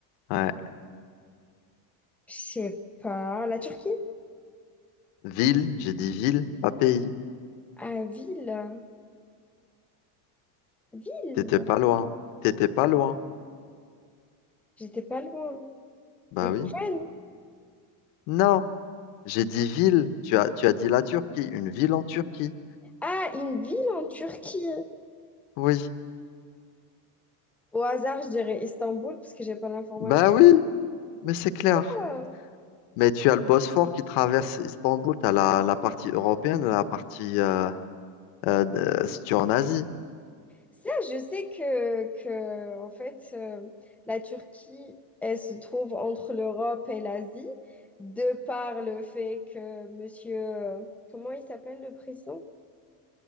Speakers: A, on the left; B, in the centre.
A: Ouais.
B: Je sais pas. La Turquie?
A: Ville, j'ai dit ville, pas pays.
B: Ah, ville. Ville.
A: T'étais pas loin. T'étais pas loin.
B: J'étais pas loin.
A: Bah
B: L'Ukraine?
A: oui. Non, j'ai dit ville. Tu as, tu as dit la Turquie, une ville en Turquie.
B: Ah, une ville en Turquie.
A: Oui.
B: Au hasard, je dirais Istanbul parce que j'ai pas l'information.
A: Bah oui, mais c'est clair.
B: Ah,
A: Mais tu as le Bosphore qui traverse Istanbul. T'as la, la partie européenne, la partie euh, euh, de- située en Asie.
B: Ça, je sais que, que en fait, euh, la Turquie, elle se trouve entre l'Europe et l'Asie, de par le fait que monsieur, euh, comment il s'appelle le président?